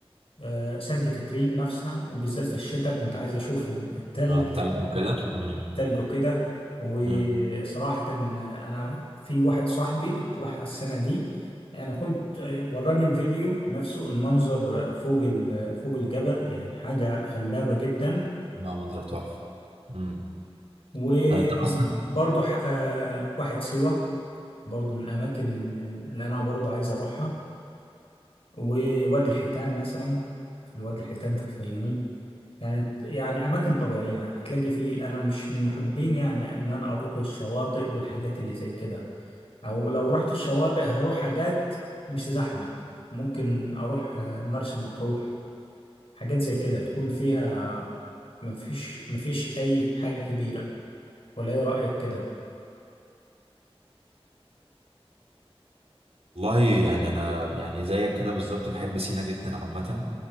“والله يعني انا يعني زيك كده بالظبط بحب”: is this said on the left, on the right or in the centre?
Right